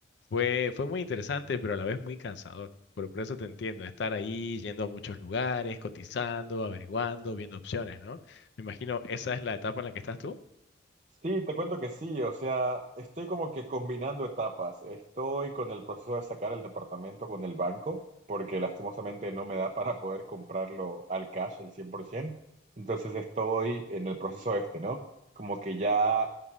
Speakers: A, on the left (about 65°); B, on the right (about 40°).
A: fue, fue muy interesante, pero a la vez muy cansador. Por, por eso te entiendo, estar ahí, yendo a muchos lugares, cotizando, averiguando, viendo opciones, ¿no? Me imagino esa es la etapa en la que estás tú.
B: Sí, te cuento que sí, o sea, estoy como que combinando etapas. Estoy con el proceso de sacar el departamento con el banco, porque lastimosamente no me da para poder comprarlo al cash al 100%. Entonces estoy en el proceso este, ¿no? Como que ya